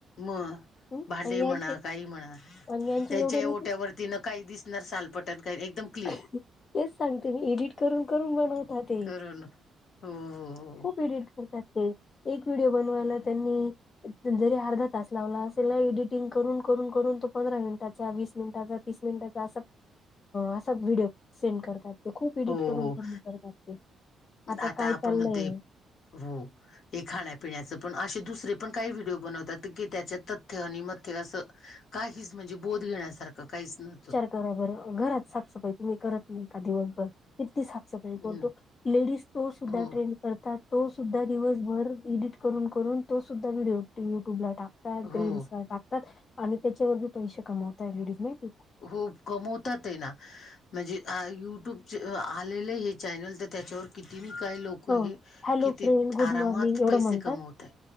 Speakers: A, on the left; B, on the left.
A: मग
B: हम्म
A: भडे
B: आणि
A: म्हणा
B: यांचे
A: काई म्हणा
B: आणि यांचे
A: त्यांच्याट्या
B: एवढे राहते
A: वरती न काही दिसणार सालपटात काही एकदम क्लीन
B: तेच सांगते म्ी एडिट करून करून बनवता ते
A: करून हो हो
B: खूप एडिट करतात ते एक व्हिडओ बनवायला त्यांनी जरी अर्धा तास लावला असेला एडिटिंग करून करून करून तो पंधरा मिनिटाचा वीस मिनिटाचा तीस मिनिटाचा अस व्हडिओ सेंड करतात ते खूप एडिट
A: हो हो
B: करून
A: हो.
B: क करतात ते
A: आता
B: काय
A: आपण
B: चाललंय
A: म्हणत हो हे खाण्यापिण्याचं पण असे दुसरे पण काही व्हिडिओ बनवतात की त्याच्या तथ्य आणि मथ्य असं काहीच म्हणजे बोध घेण्यासारखं काहीच नव्हतं
B: बराबर घरात साफसफाई तुम्ही करत नाही का दिवस किती साफसफाई
A: हम्म
B: करतो लेडीज तो सुद्धा
A: हो
B: ट्रेंड करतात तो सुद्धा दिवसभर एडिट करून करून तो सुद्धा व्हिडिओ युट्यूबला टाक
A: हो
B: रेड् टाकतात आणि त्याच्यावरी पैसे कमवतय लेडीज नाहीती
A: हो कमवतात आहे ना म्हणजे युट्यूब आले चॅनल तर त्याच्यावर किती काय लोक हे
B: हं हॅलो
A: किती
B: फ्रेंड गुड
A: आरामात
B: मॉर्निंग एवढं
A: पैसे
B: म्हणतात
A: कमवतय